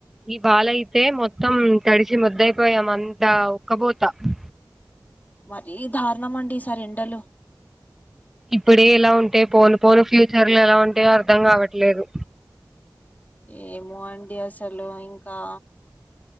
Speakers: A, in the centre; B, on the left (about 20°).
A: ఈ వాలయితే మొత్తం తడిచి ముద్దయిపోయాం అంతా ఉక్కబోతా హ్
B: మరీ దారుణం అండి. ఈ సారి ఎండలు
A: ఇప్పుడే ఇలా ఉంటే పోను పోను ఫ్యూచర్ లో ఎలా ఉంటయో అర్థం కావట్లేదు
B: ఏమో అండి అసలు ఇంకా